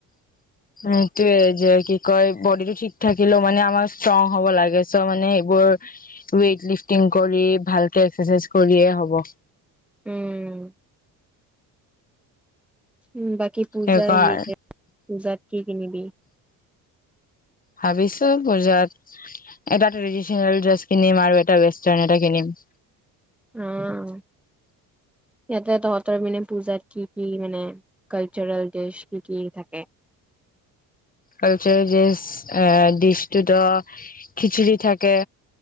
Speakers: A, on the left; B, in the centre.
A: উটোয়ে যে কি কয় বডিটো ঠিক থাকিলেও মানে আমাৰ ষ্ট্ৰং হ'ব লাগে চ' মানে সবোৰ ৱেইট লিফটিং কৰি ভালকে এক্সাৰচাইজ কৰিয়ে হ'ব।
B: উম। উম, বাকী পূজা
A: সেইকাৰ
B: আহি আছে, পূজাত কি কিনিবি?
A: ভাবিছো পূজাত এটা ট্ৰেডিচনেল ড্ৰেছ কিনিম আৰু এটা ৱেষ্টাৰ্ণ এটা কিনিম।
B: অ', ইয়াতে তহঁতৰ মানে পূজাত কি কি মানে কালচাৰেল ড্ৰেছ কি কি থাকে?
A: কালচাৰেল ডিচ ডিচটোত অঁ খিচিৰি থাকে